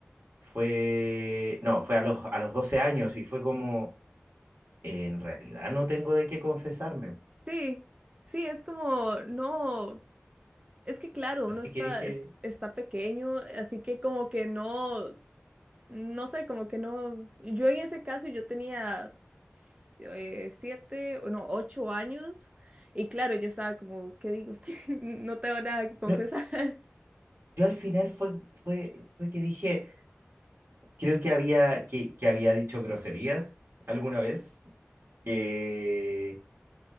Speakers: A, on the right (about 70°); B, on the right (about 30°).
A: Fue, no, fue a los, a los 12 años y fue como... en realidad no tengo de qué confesarme.
B: Sí, sí, es como, no, es que claro,
A: Así
B: uno está,
A: que dije,
B: es- está pequeño, así que como que no. No sé, como que no. Yo en ese caso yo tenía si- eh, siete, o no, ocho años. Y claro, yo estaba como, ¿qué digo? <laughs> No tengo nada que confesar.
A: no,
B: <laughs>
A: yo al final fue, fue, fue que dije, creo que había, que, que había dicho groserías alguna vez eh,